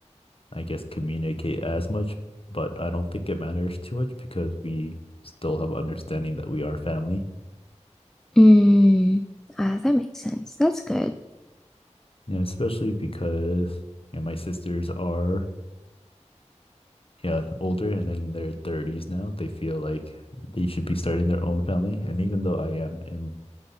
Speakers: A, on the left; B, in the centre.
A: I guess, communicate as much, but I don't think it matters too much because we still have understanding that we are family.
B: Mm, uh, that makes sense. That's good.
A: Yeah, especially because, you know, my sisters are yeah, older and in their 30s now, they feel like they should be starting their own family. And even though I am in